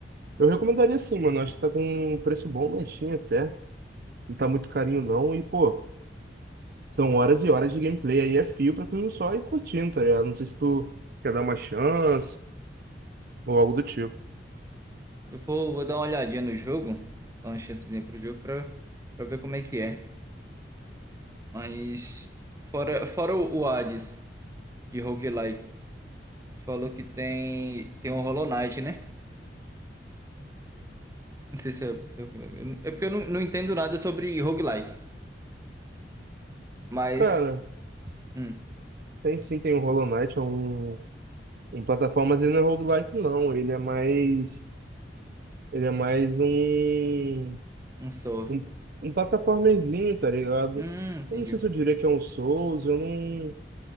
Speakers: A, on the right (about 55°); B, on the right (about 15°).
A: Eu recomendaria sim, mano. Acho que tá com um preço bom na Steam até. Não tá muito carinho não. E, pô, são horas e horas de gameplay aí. É fio pra tu só ir curtindo, tá ligado? Não sei se tu quer dar uma chance ou algo do tipo.
B: Eu vou, vou dar uma olhadinha no jogo, dar uma chancezinha pro jogo pra, pra ver como é que é. Mas fora, fora o, o Hades de roguelike, tu falou que tem tem o Hollow Knight, né? Não sei se é, se é roguelike. Eu não- é porque eu não, não entendo nada sobre roguelike, mas
A: Cara.
B: hum,
A: Tem sim, tem o Hollow Knight, é um... em plataformas ele não é roguelike não, ele é mais, ele é mais um,
B: um Souls.
A: um, um plataformezinho, tá ligado?
B: Hum, entendi.
A: Eu não sei se eu diria que é um Souls, eu não,